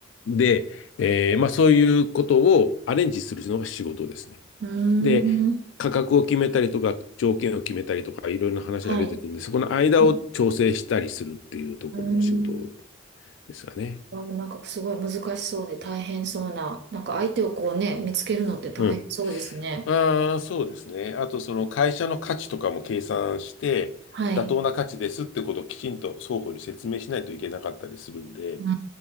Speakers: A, on the left; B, on the right.
A: で、えーまあそういうことをアレンジするのが仕事ですね。
B: うーん。
A: で、価格を決めたりとか、条件を決めたりとか、いろいろな話が出てくるんで、
B: はい。
A: そこの間を調整したりするっていうところの仕事
B: はいうーん。
A: ですかね。
B: あなんかすごい難しそうで大変そうな、なんか相手をこうね、見つけるのって大変そうですね。
A: うん。ああ、そうですね。あと、その会社の価値とかも計算して、
B: はい。
A: 妥当な価値ですってことをきちんと双方に説明しないといけなかったりするんで、
B: うー